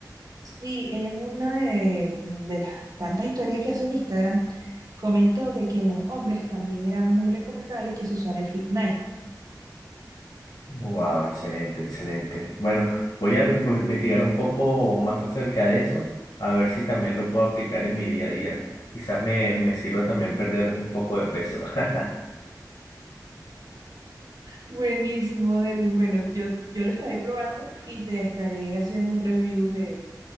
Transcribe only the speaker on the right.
Sí, ella en una de, de las tantas historias que hace en Instagram comentó de que en los hombres también era muy recomendable que se usara el Fit Night.
Buenísimo, Derwin. Bueno, yo, yo lo estaré probando y te estaré haciendo un review de,